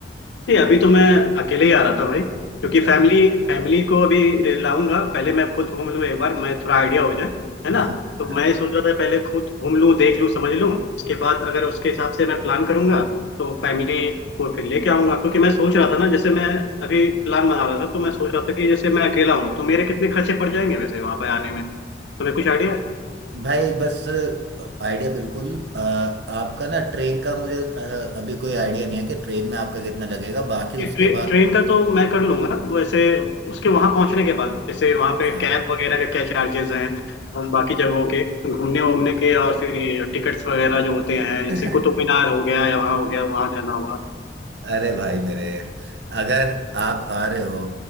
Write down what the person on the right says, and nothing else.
अच्छा
हाँ
हाँ
भाई बस आइडिया बिल्कुल अ, आपका ना ट्रेन का मुझे अ, अभी कोई आइडिया नहीं है कि ट्रेन में आपका कितना लगेगा बाकी उसके
बाद
हाँ
<laughs>
अरे भाई मेरे अगर आप आ रहे हो